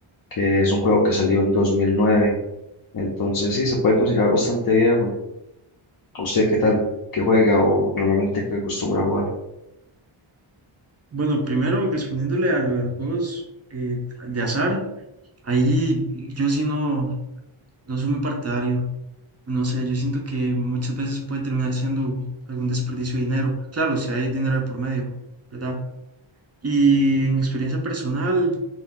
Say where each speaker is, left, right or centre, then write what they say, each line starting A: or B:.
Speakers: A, on the left (about 45°); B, on the right (about 30°).
A: que es un juego que salió en 2009, entonces sí, se puede considerar bastante viejo. ¿Usted qué tal? ¿Qué juega o normalmente qué acostumbra a jugar?
B: Bueno, primero respondiéndole a lo de los juegos eh, de azar, ahí yo sí no, no soy muy partidario. No sé, yo siento que muchas veces puede terminar siendo algún desperdicio de dinero. Claro, si hay dinero de por medio, ¿verdad? Y en experiencia personal,